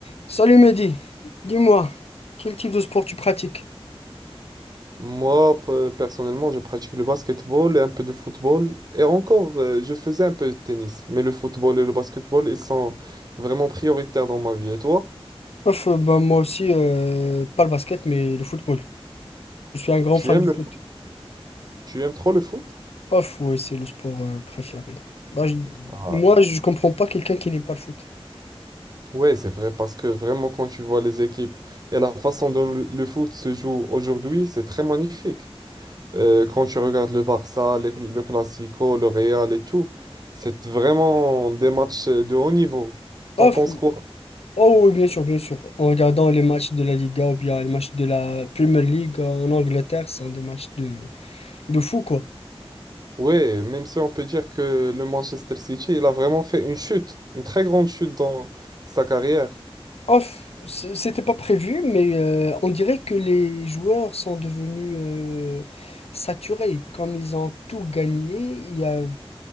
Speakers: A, on the left; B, on the right.
A: Salut Mehdi, dis-moi, quel type de sport tu pratiques?
B: Moi, pe- personnellement, je pratique le basketball et un peu de football. Et encore, euh, je faisais un peu de tennis. Mais le football et le basketball, ils sont vraiment prioritaires dans ma vie. Et toi,
A: Ouf, euh, bah, moi aussi, euh, pas le basket, mais le football. Je suis un grand
B: tu
A: fan
B: aimes
A: du
B: le foot?
A: foot.
B: Tu aimes trop le foot?
A: Off, ouais, c'est le sport euh, préféré. Bah, je-
B: Ah.
A: moi, je comprends pas quelqu'un qui n'aime pas le foot.
B: Ouais, c'est vrai, parce que vraiment, quand tu vois les équipes et la façon dont le, le foot se joue aujourd'hui, c'est très magnifique. Euh, quand tu regardes le Barça, le, le Classico, le Real et tout, c'est vraiment des matchs de haut niveau. T'en
A: Off,
B: penses quoi?
A: oh oui, bien sûr, bien sûr. En regardant les matchs de la Liga ou bien les matchs de la Premier League en Angleterre, ce sont des matchs de, de fou, quoi.
B: Ouais, même si on peut dire que le Manchester City, il a vraiment fait une chute, une très grande chute dans sa carrière.
A: Off, c- c'était pas prévu, mais euh, on dirait que les joueurs sont devenus euh, saturés. Comme ils ont tout gagné, il y a-